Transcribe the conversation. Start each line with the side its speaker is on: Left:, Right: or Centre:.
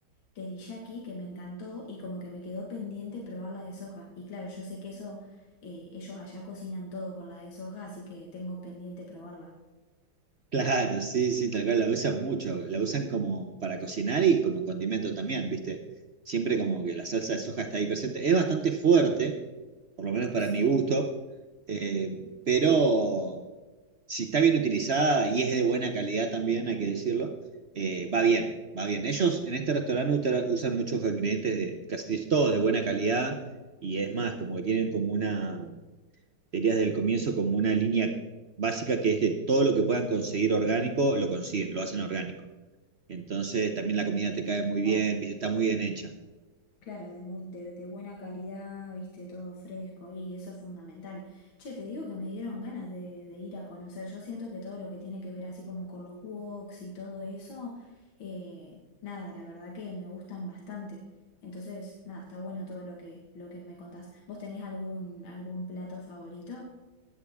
Left: teriyaki que me encantó y como que me quedó pendiente probar la de soja. Y claro, yo sé que eso, eh, ellos allá cocinan todo con la de soja, así que tengo pendiente probarla.
Right: Claro, sí, sí, tal cual, la usan mucho, la usan como para cocinar y como condimento también, ¿viste? Siempre como que la salsa de soja está ahí presente. Es bastante fuerte, por lo menos para
Left: Sí.
Right: mi gusto, eh, pero si está bien utilizada y es de buena calidad también, hay que decirlo, eh, va bien, va bien. Ellos en este restaurante utra- usan muchos ingredientes de casi todos de buena calidad y es más, como que tienen como una diría desde el comienzo como una línea básica que es que todo lo que puedan conseguir orgánico lo consiguen, lo hacen orgánico. Entonces también la comida te cae muy
Left: claro
Right: bien, ¿viste? está muy bien hecha.
Left: Claro, de, mu- de, de buena calidad, viste, todo fresco y eso es fundamental. Che, te digo que me dieron ganas de, de ir a conocer. Yo siento que todo lo que tiene que ver así como con los woks y todo eso, eh, nada, la verdad que me gustan bastante. Entonces, nada, está bueno todo lo que, lo que me contás. ¿Vos tenés algún, algún plato favorito?